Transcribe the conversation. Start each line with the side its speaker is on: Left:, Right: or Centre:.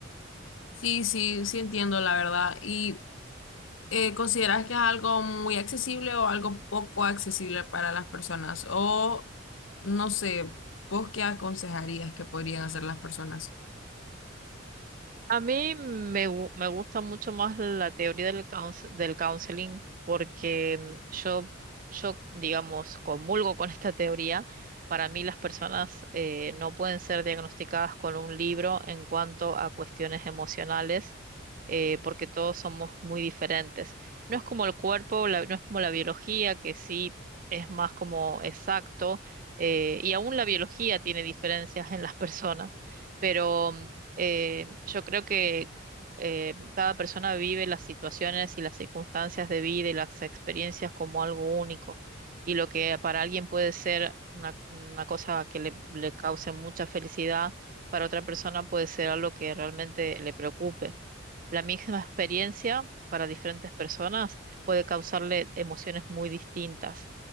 Left: Sí, sí, sí entiendo la verdad. ¿Y eh, consideras que es algo muy accesible o algo poco accesible para las personas? O no sé, ¿vos qué aconsejarías que podrían hacer las personas?
Right: A mí me, gu- me gusta mucho más la teoría del, couns- del counseling porque yo, yo, digamos, comulgo con esta teoría. Para mí las personas eh, no pueden ser diagnosticadas con un libro en cuanto a cuestiones emocionales eh, porque todos somos muy diferentes. No es como el cuerpo, la- no es como la biología, que sí es más como exacto eh, y aún la biología tiene diferencias en las personas. Pero eh, yo creo que eh, cada persona vive las situaciones y las circunstancias de vida y las experiencias como algo único. Y lo que para alguien puede ser una, una cosa que le, le cause mucha felicidad, para otra persona puede ser algo que realmente le preocupe. La misma experiencia para diferentes personas puede causarle emociones muy distintas.